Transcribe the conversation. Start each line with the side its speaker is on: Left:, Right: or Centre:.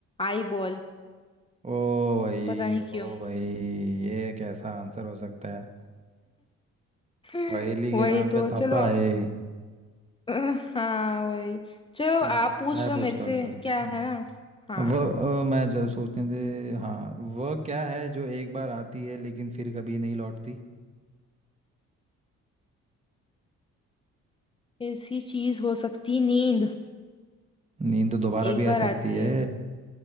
Left: आई बॉल
Right: ओ भाई
Left: पता नहीं क्यों
Right: ओ भाई ये कैसा आंसर हो सकता है
Left: <laughs>
Right: पहेली
Left: वही
Right: के नाम पे
Left: तो
Right: धब्बा
Left: चलो
Right: है ये।
Left: अ, हाँ वही चलो
Right: चल
Left: आप पूछ
Right: मैं
Left: लो
Right: पूछता
Left: मेरे से
Right: हूँ चल
Left: क्या
Right: हम्म,
Left: है ना हाँ
Right: वह अ, मैं चल सोचने दे हाँ वह क्या है जो एक बार आती है लेकिन फिर कभी नहीं लौटती
Left: ऐसी चीज हो सकती नींद
Right: नींद तो दोबारा
Left: एक
Right: भी आ
Left: बार
Right: सकती
Left: आती
Right: है
Left: है